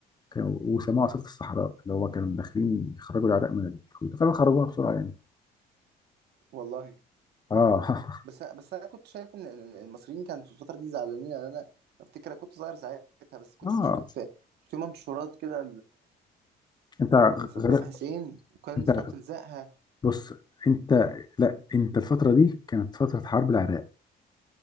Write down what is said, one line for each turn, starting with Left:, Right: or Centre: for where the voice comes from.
Left: كانوا وسموه عاصفه الصحراء اللي هو كانوا داخلين يخرجوا العراق من الكويت فعلا خرجوها بسرعه يعني
Right: والله
Left: اه
Right: بس أنا بس أنا كنت شايف إن إن- إن المصريين كانوا في الفترة دي زعلانين يعني أنا أفتكر أنا كنت صغير ساعتها بس كنت
Left: <laughs> اه
Right: بشوف في في منشورات كده
Left: انت
Right: لصدام
Left: غرقت
Right: حسين وكان
Left: انت
Right: صوت لزقها
Left: بص انت لا انت الفتره دي كانت فتره حرب العراق